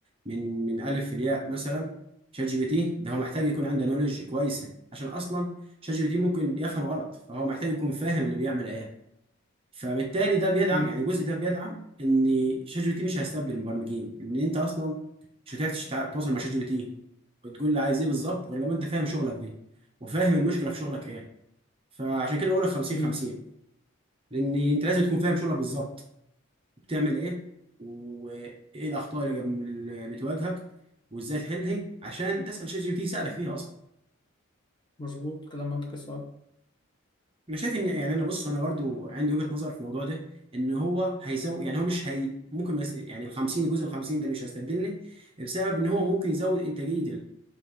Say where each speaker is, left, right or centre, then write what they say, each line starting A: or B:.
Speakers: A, on the right (about 25°); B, on the left (about 20°).
A: من من ألف لياء مثلا شات جي بي تي ده هو محتاج يكون عنده نولج كويسة عشان أصلا شات جي بي تي ممكن يفهم غلط فهو محتاج يكون فاهم اللي بيعمل إيه فبالتالي ده بيدعم
B: امم
A: يعني الجزء ده بيدعم إن شات جي بي تي مش هيستبدل المبرمجين لأن أنت أصلا مش هتعرف تشتع- تتواصل مع شات جي بي تي وتقول له عايز إيه بالظبط غير لما أنت فاهم شغلك دي وفاهم المشكلة في شغلك إيه فعشان كده بقول لك 50
B: امم
A: 50 لان انت لازم تكون فاهم شغلك بالظبط بتعمل ايه وايه الاخطاء اللي جم- اللي بتواجهك وازاي تحلها عشان تسال شات جي بي تي يساعدك فيها اصلا
B: مظبوط كلام منطقي صح
A: انا شايف ان يعني انا بص انا برضو عندي وجهه نظر في الموضوع ده ان هو هيزود يعني هو مش هي ممكن بس يعني ال 50 الجزء ال 50 ده مش هيستبدلني بسبب ان هو ممكن يزود انتاجيه